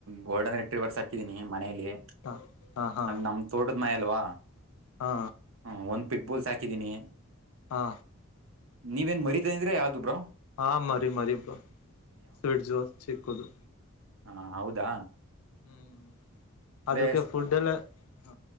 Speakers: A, on the right; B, on the left.
A: ಗೋಲ್ಡನ್ ರೆಟ್ರಿ ವರ್ಸ್ ಹಾಕಿದೀನಿ ಮನೇಲಿ.
B: ಹಾ
A: <inaudible>
B: ಹಾ ಹಾ
A: ಅ ನಮ್ ತೋಟದ ಮಯ ಅಲ್ವಾ.
B: ಹಾ.
A: ಹಾ ಒಂದ್ ಪಿಟ್ಬೋಲ್ಸ್ ಹಾಕಿದಿನಿ.
B: ಹಾ.
A: ನೀವೇನ್ ಮರೀತಾಯಿದ್ರಿ ಅದು ಬ್ರೊ.
B: ಹಾ ಮರಿ ಮರಿ ಬ್ರೊ ಸ್ಟ್ ಜೋಸ್ ಚಿಕ್ಕುದು.
A: ಹಾ ಹೌದಾ.
B: ಹ್ಮ್
A: ಅಂದ್ರೆ
B: ಅದಕ್ಕೆ ಫುಡ್ ಎಲ್ಲ ಹ.